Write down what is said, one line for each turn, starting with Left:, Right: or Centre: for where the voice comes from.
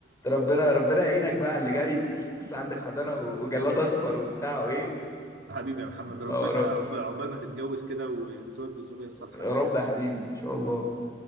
Left: ربنا ربنا يعينك بقى على اللي جاي <laughs> لسه عندك حضانة و- وجلاد اصفر وبتاع وايه
Right: حبيبي يا محمد ربنا
Left: حوارات
Right: عقب- عقبال ما تتجوز كده ويرزقك بالذريه الصالحه
Left: يا
Right: يا رب
Left: رب
Right: يا
Left: يا
Right: حبيبي
Left: حبيبي ان شاء الله